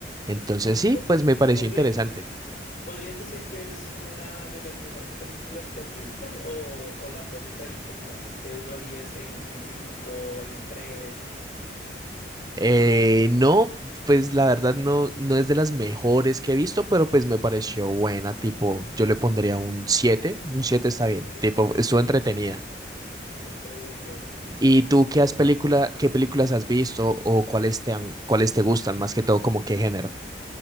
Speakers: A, on the right (about 20°); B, on the left (about 50°).
A: Entonces sí,
B: Po-
A: pues me pareció
B: ¿Podrías
A: interesante.
B: ¿Podrías decir que es una de las mejores películas que has visto o, o la pones ahí como de uno a 10 en, en 5, en tres.
A: Eh, no, pues la verdad no, no es de las mejores que he visto, pero pues me pareció buena, tipo, yo le pondría un siete, un 7 está
B: Ok,
A: bien, tipo, estuvo
B: ok,
A: entretenida.
B: Ok, ok.
A: ¿Y tú qué has película, qué películas has visto o cuáles te han, cuáles te gustan más que todo, como qué género?